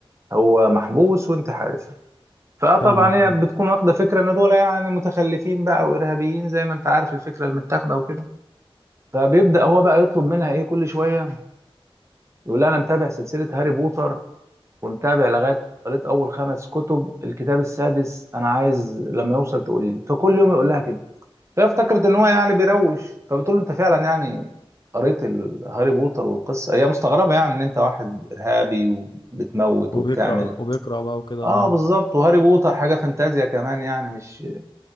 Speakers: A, on the right (about 30°); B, on the left (about 50°).
A: هو محبوس وانت حارس فطبعا
B: فاهمك
A: هي بتكون واخدة فكرة ان دول يعني متخلفين بقى وارهابيين زي ما انت عارف الفكرة المتاخدة وكده فبيبدأ هو بقى يطلب منها ايه كل شوية يقول لها انا متابع سلسلة هاري بوتر ومتابع لغاية قريت اول خمس كتب الكتاب السادس انا عايز لما يوصل تقولي لي فكل يوم يقول لها كده فافتكرت ان هو يعني بيروش فبتقول له انت فعلا يعني قريت ال- هاري بوتر والقصه هي مستغربه يعني ان انت واحد ارهابي وبتموت
B: وبيقرأ
A: وبتعمل ايوه
B: وبيقرأ بقى وكده
A: اه بالظبط وهاري بوتر حاجه فانتازيا كمان يعني مش